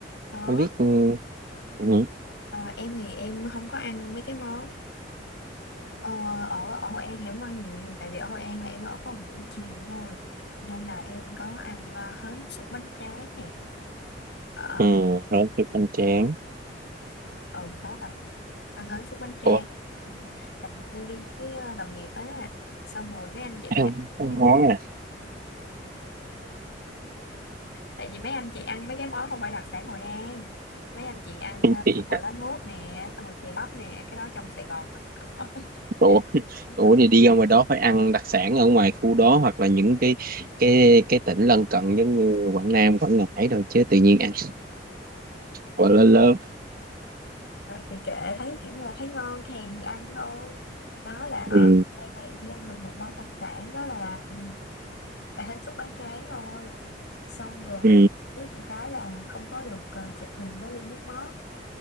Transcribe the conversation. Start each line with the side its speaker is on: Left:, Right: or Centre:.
Left: Đó,
Right: không biết ừ, ừ,
Left: Ờ, em thì em không có ăn mấy cái món Ờ, ở ở Hội An thì em không ăn nhiều tại vì ở Hội An là em ở có một buổi chiều thôi nên là em có ăn ờ, hến xúc bánh tráng nè ờ
Right: ừ, rồi chụp hoành tráng
Left: ừ hết rồi ăn hến xúc bánh tráng
Right: ủa
Left: <laughs> Ừ. tại vì em đi với ờ, đồng nghiệp á xong rồi mấy anh chị
Right: ăn
Left: ăn
Right: ăn
Left: mấy
Right: món
Left: cái
Right: à
Left: tại vì mấy anh chị ăn mấy cái món không phải đặc sản Hội An mấy anh chị ăn
Right: Chị-
Left: ờ, bò lá lốt nè xong rồi chè bắp nè cái đó trong Sài Gòn mình có <laughs>
Right: ủa
Left: Đúng
Right: ủa thì đi ra ngoài đó phải ăn đặc sản ở ngoài khu đó hoặc là những cái cái cái tỉnh lân cận giống như Quảng Nam Quảng Ngãi rồi chứ tự nhiên ăn quá lớn lớn
Left: thì kệ thấy kiểu như là thấy ngon thèm thì ăn thôi đó là ở
Right: ừ
Left: đây là em chỉ ăn được một món đặc sản đó là ừ, là hến xúc bánh tráng thôi xong rồi
Right: ừ
Left: ướp một cái là không có được ờ, chụp hình với ly nước mắm